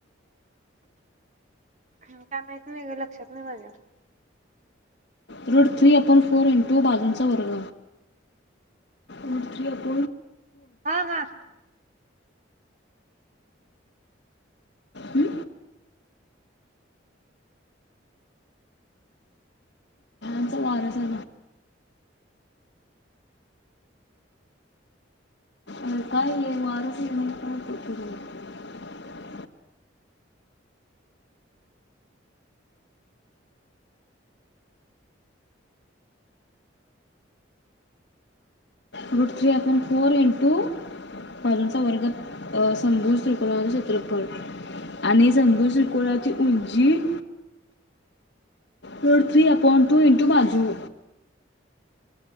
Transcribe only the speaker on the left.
Root three upon four into बाजूचा वर्ग, रोड थ्री आप
हं? त्यां वारस झा अ काय येव <unintelligible> route three upon four into बाजूंचा वर्ग. अं समभूज त्रिकोळाचे क्षेत्रफळ आणि समभूज त्रिकोणाची उंची. Root three upon two into बाजू.